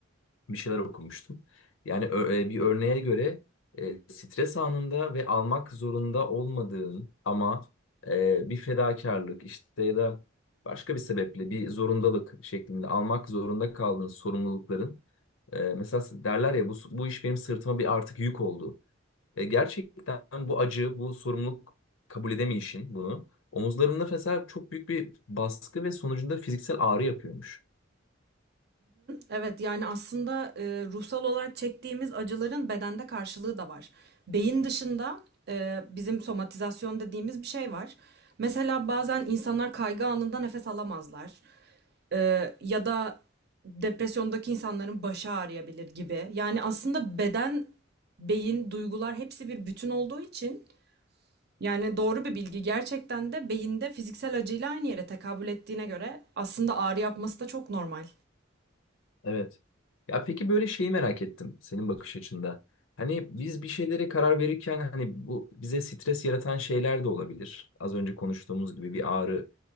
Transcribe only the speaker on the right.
Evet yani aslında e, ruhsal olarak çektiğimiz acıların bedende karşılığı da var. Beyin dışında e, bizim somatizasyon dediğimiz bir şey var. Mesela bazen insanlar kaygı anında nefes alamazlar. Ee, ya da depresyondaki insanların başı ağrıyabilir gibi. Yani aslında beden, beyin, duygular hepsi bir bütün olduğu için yani doğru bir bilgi gerçekten de beyinde fiziksel acıyla aynı yere tekabül ettiğine göre aslında ağrı yapması da çok normal.